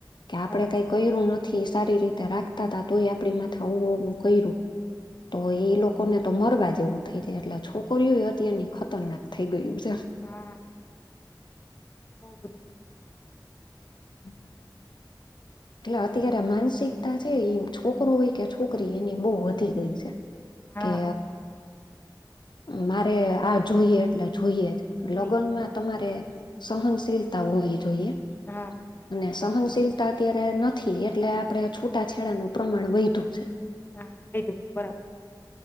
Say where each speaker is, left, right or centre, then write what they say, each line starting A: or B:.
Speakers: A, on the left; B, on the left.
A: કે આપણે
B: હા
A: કાંઈ કયરું નથી, સારી રીતે રાખતા તા તોય આપડી માથા આવ-આવું કયરું તો એ લોક કોને તો મરવા જેવું થઇ જાય, એટલે છોકરીયું અત્યારની ખતરનાક થઇ ગયું છે.
B: હા. બહુ બધું <inaudible>
A: <inaudible> એટલે અત્યારે માનસિકતા છે ઈ છોકરો હોય કે છોકરી એની બહુ વધી ગઈ છે.
B: હા
A: કે મારે આ જોઈએ એટલે જોઈએ જ.
B: જોઈએ
A: લગ્ન
B: એમ.
A: માં તમારે સહનશીલતા હોવી જોઈએ.
B: હા.
A: અને સહનશીલતા અત્યારે નથી એટલે આપડે છૂટાછેડાનું પ્રમાણ વયધું છે.
B: હા <unintelligible> બરાબર.